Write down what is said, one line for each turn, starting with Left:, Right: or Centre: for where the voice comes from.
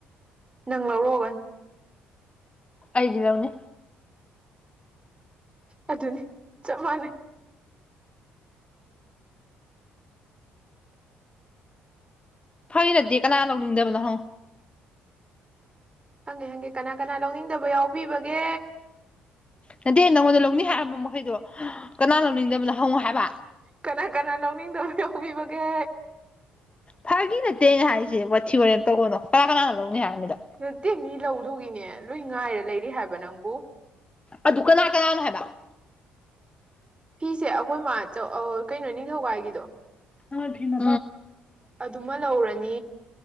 Right: ꯅꯪ ꯂꯧꯔꯛꯑꯣꯒ
Left: ꯑꯩꯗꯤ ꯂꯎꯅꯦ
Right: ꯑꯗꯨꯅꯤ ꯆꯞ ꯃꯥꯟꯅꯩ
Left: ꯐꯩ ꯅꯠꯇꯦ ꯀꯅꯥ ꯂꯧꯅꯤꯡꯗꯕꯅꯣꯍꯪ
Right: ꯍꯪꯒꯦ ꯍꯪꯒꯦ ꯀꯅꯥ ꯀꯅꯥ ꯂꯧꯅꯤꯡꯗꯕ ꯌꯥꯎꯕꯤꯕꯒꯦ
Left: ꯅꯠꯇꯦ ꯅꯪꯉꯣꯟꯗ ꯂꯧꯅꯤꯡ ꯍꯥꯏꯔꯤꯕ ꯃꯈꯩꯗꯣ ꯀꯅꯥ ꯂꯧꯅꯤꯡꯗꯕꯅꯣ ꯍꯪꯉꯣ ꯍꯥꯏꯕ
Right: ꯀꯅꯥ ꯀꯅꯥ ꯂꯧꯅꯤꯡꯗꯕ ꯌꯥꯎꯤꯕꯒꯦ
Left: ꯐꯥꯒꯤ ꯅꯠꯇꯦꯅ ꯍꯥꯏꯔꯤꯁꯦ ꯋꯥꯊꯤ ꯍꯣꯔꯦꯅ ꯇꯧꯕꯅꯣ ꯀꯔꯥ ꯀꯅꯥꯅ ꯂꯧꯅꯤ ꯍꯥꯏꯔꯃꯤꯗꯣ
Right: ꯅꯠꯇꯦ ꯃꯤ ꯂꯧꯗꯨꯒꯤꯅꯦ ꯂꯣꯏ ꯉꯥꯏꯔ ꯂꯩꯔꯤ ꯍꯥꯏꯕ ꯅꯪꯕꯨ
Left: ꯑꯗꯨ ꯀꯅꯥ ꯀꯅꯥꯅꯣ ꯍꯥꯏꯕ
Right: ꯐꯤꯁꯦ ꯑꯩꯈꯣꯏ ꯃꯥ ꯀꯩꯅꯣ ꯅꯤꯡꯊꯧꯀꯥꯏꯒꯤꯗꯣ
Left: ꯑꯦꯡꯅ
Right: ꯑꯗꯨꯃ ꯂꯧꯔꯅꯤ